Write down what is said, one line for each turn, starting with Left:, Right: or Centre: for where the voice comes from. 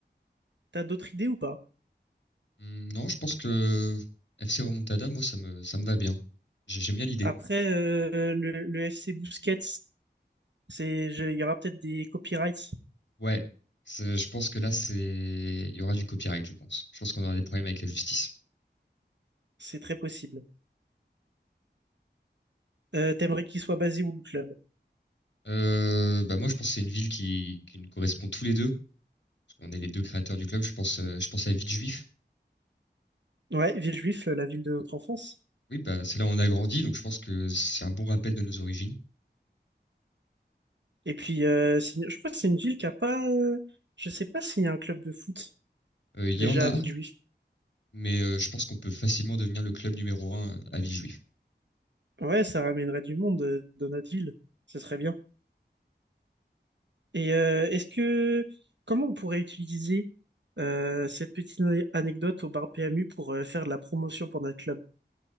Right: T'as d'autres idées ou pas?
Left: Hum, Non, je pense que FC Remontada, moi, ça me, ça me va bien. J'ai- J'aime bien l'idée.
Right: Après, euh, le, le FC Busquets, c'est, je- il y aura peut-être des copyrights.
Left: Ouais. C'est- Je pense que là, c'est, il y aura du copyright, je pense. Je pense qu'on aura des problèmes avec la justice.
Right: C'est très possible. Euh, t'aimerais qu'il soit basé où le club?
Left: Euh, bah, moi, je pense que c'est une ville qui, qui nous correspond tous les deux. On est les deux créateurs du club. Je pense, euh, je pense à Villejuif.
Right: Ouais, Villejuif, euh, la ville de notre enfance.
Left: Oui, bah, c'est là où on a grandi, donc je pense que c'est un bon rappel de nos origines.
Right: Et puis, euh, c'est- je crois que c'est une ville qui a pas. euh, je sais pas s'il y a un club de foot
Left: Euh, Il
Right: déjà
Left: y en a,
Right: à Villejuif.
Left: mais euh, je pense qu'on peut facilement devenir le club numéro un euh, à Villejuif.
Right: Ouais, ça ramènerait du monde euh, dans notre ville. Ce serait bien. Et euh, est-ce que comment on pourrait utiliser euh, cette petite ane- anecdote au bar PMU pour euh, faire de la promotion pour notre club?